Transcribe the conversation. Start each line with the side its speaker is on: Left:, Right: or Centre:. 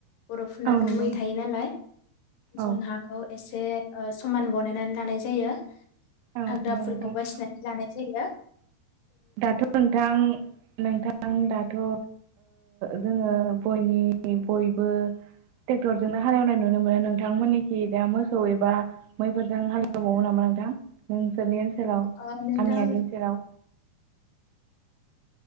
Left: बरफोरनाथ
Right: औ नंगौ
Left: मै थायो नालाय जों
Right: औ
Left: हाखौ एस ए अ समान बनायनानै लानाय जायो
Right: औ नंगौ
Left: हाग्राफोरखौ
Right: नोंथां
Left: बासिनानै लानाय जायोना
Right: दाथ नोंथां नोंथां आं दाथ ओ जोङो बयनि बयबो ट्रेक्टरजोंनो हालेवनाय नुनो मोनो नोंथांमोननिथि दा मोसौ एबा मैफोरजों हालेवबावो नामा नोंथां नोंसोरनि ओनसोलाव
Left: ओ नोंथां
Right: गामियारि ओनसोलाव